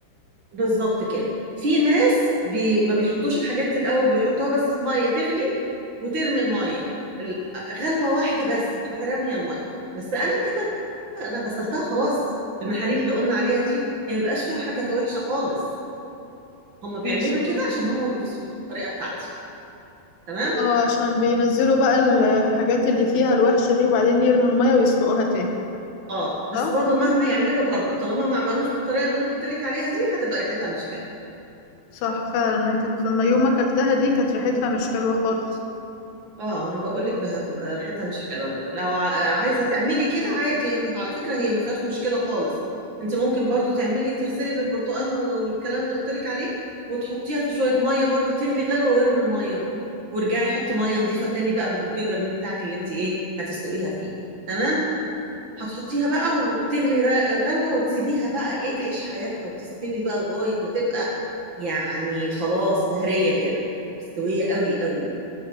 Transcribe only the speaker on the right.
بالظبط كده في ناس بي... ما بيحطوش الحاجات دي الأول بيحطوها بس في مية تغلي وترمي المية ال- غلوة واحدة بس وتروحي رامية المية بس أنا كده أنا غسلتها خلاص المحاليل اللي قلنا عليها دي هي ما بيبقاش فيها حاجة وحشة خالص هم بيعملوا
كده
عشان هم ما بيخسروش الطريقه بتاعتي تمام
اه بس
برضو مهما يعملوا برضو طالما ما عملوش بالطريقه اللي انا قلت لك عليها دي هتبقى ريحتها مش حلوه
اه ما انا بقول لك هتبقى ريحتها مش حلوه لو ع- عايزه تعملي كده عادي على فكره هي ما فيهاش مشكله خالص انت ممكن برضو تعملي تغسلي بالبرتقال والكلام اللي قلت لك عليه وتحطيها في شويه ميه برضو تغلي غلوه وارمي الميه وارجعي حطي ميه نظيفه تاني بقى بالبوكيه جرنيه بتاعك اللي انت ايه هتسلقيها فيه تمام هتحطيها بقى وتغلي غ- غلوة وتسيبيها بقى ايه تعيش حياتها وتستوي بقى لغاية ما تبقى يعني خلاص مهرية كده مستوية قوي قوي